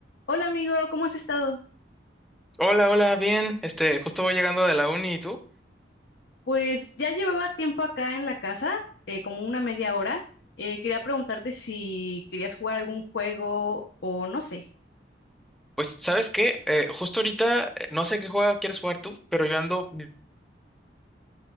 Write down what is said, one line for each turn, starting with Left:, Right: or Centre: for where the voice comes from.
Left: Hola amigo, ¿cómo has estado?
Centre: Hola, hola, bien. Este, justo voy llegando de la uni y tú.
Left: Pues ya llevaba tiempo acá en la casa, eh, como una media hora. Eh, quería preguntarte si querías jugar algún juego o no sé.
Centre: Pues, ¿sabes qué? Eh, justo ahorita, eh, no sé qué juego quieres jugar tú, pero yo ando bi-